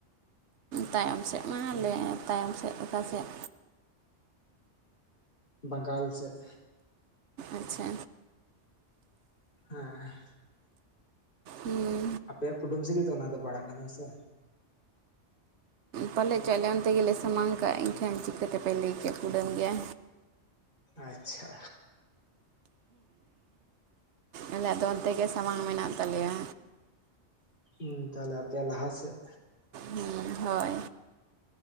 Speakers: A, on the right (about 75°); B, on the left (about 45°).
A: ᱛᱟᱭᱚᱢ ᱥᱮᱫ ᱢᱟᱞᱮ ᱛᱟᱭᱚᱢ ᱥᱮᱫ ᱞᱮᱠᱟ ᱥᱮᱫ?
B: ᱵᱟᱝᱜᱟᱞ ᱥᱮᱫ᱾
A: ᱟᱪᱷᱟ
B: ᱦᱮᱸ
A: ᱦᱩᱸ
B: ᱟᱯᱮᱭᱟᱜ ᱠᱩᱴᱩᱢ ᱥᱮᱜᱮ ᱚᱱᱟ ᱫᱚ ᱯᱟᱲᱟᱜ ᱠᱟᱱᱟ ᱥᱮ?
A: ᱯᱟᱞᱮᱫ ᱦᱚᱪᱚᱣᱟᱜ ᱞᱮ ᱚᱱᱛᱮ ᱜᱮᱞᱮ ᱥᱟᱢᱟᱝ ᱠᱟᱜᱼᱟ, ᱤᱧ ᱴᱷᱟᱱ ᱪᱤᱠᱛᱮᱯᱮ ᱞᱟᱹᱭ ᱠᱮᱜ ᱠᱩᱰᱟᱹᱢ ᱜᱮᱭᱟ?
B: ᱟᱪᱪᱷᱟ!
A: ᱟᱞᱮᱭᱟᱜ ᱫᱚ ᱚᱱᱛᱮ ᱜᱮ ᱥᱟᱢᱟᱝ ᱢᱮᱱᱟᱜ ᱛᱟᱞᱮᱭᱟ᱾
B: ᱦᱮᱸ ᱛᱟᱦᱚᱞᱮ ᱟᱯᱮᱭᱟᱜ ᱞᱟᱦᱟ ᱥᱮᱫ᱾
A: ᱦᱚᱸ ᱦᱳᱭ!